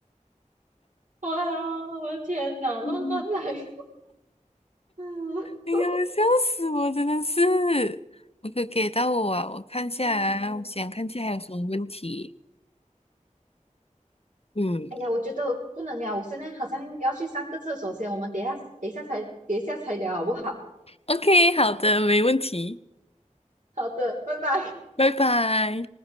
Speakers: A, on the right; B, on the left.
A: 哇，我的天哪，乱乱来，
B: <laughs>
A: 嗯
B: 哎呀，笑死我！真的是，我可给到我啊！我看下啊，
A: 嗯。
B: 我想看下还有什么问题。嗯
A: 哎呀，我觉得不能聊，我现在好像要去上个厕所先，我们等一下，等一下才，等一下才聊好不好？
B: ，OK，好的，没问题，
A: 好的，拜拜。
B: 拜拜。